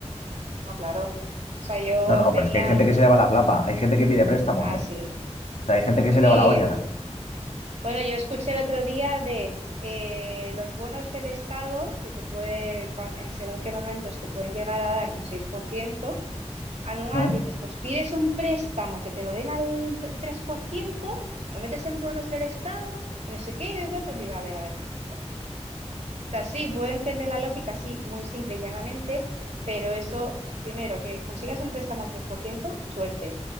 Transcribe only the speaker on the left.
No, no,
pero es que hay gente
que se le va la flapa, hay gente que pide préstamos,
¿eh?
O sea, hay gente que
se le va la olla.
Ujú.